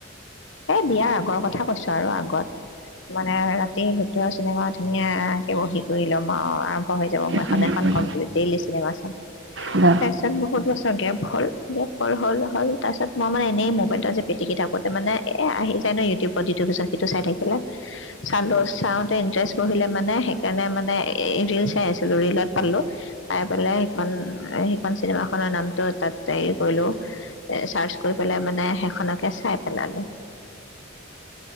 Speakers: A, on the left; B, on the right.
A: এই বিয়াৰ আগৰ কথা কৈছো আৰু আগত মানে ৰাতি ভূতৰ চিনেমা ধুনীয়াকে বহি কৰি ল'ম আৰু আৰম্ভ হৈ যাব মই এখনে।
B: কাৰণে
A: আৰু
B: এই
A: কমপ্লিট ডেইলি চিনেমা চ
B: উম, সেই
A: তাৰপিছত বহুত বছৰ গেপ হ'ল গেপ হ হ'ল হ'ল তাৰপিছত মই মানে এনেই মোবাইলটোত যে পিটিকি থাকোঁতে মানে এ আহি যায় ন ইউটিউবত যিটো পিছত সিটো চাই থাকিলে চালো চাওঁতে ইণ্টাৰেষ্ট বহিলে মানে সেইকাৰণে মানে এই ৰিল চাই আছিলোঁ ৰিলত। পালো পাই পেলাই সেইখন সেইখন চিনেমা খনৰ নামটো তাত তৰি কৰিলো এ চাৰ্চ কৰি পেলাই মানে সেইখনকে চাই পেলালো।